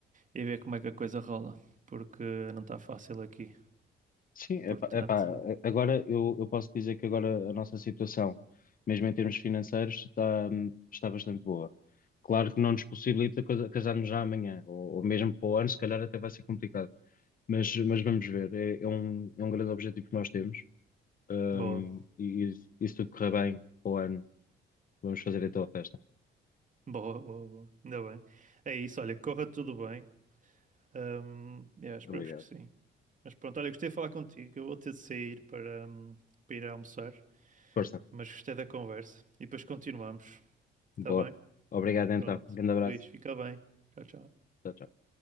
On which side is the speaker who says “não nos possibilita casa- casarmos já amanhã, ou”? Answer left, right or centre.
Left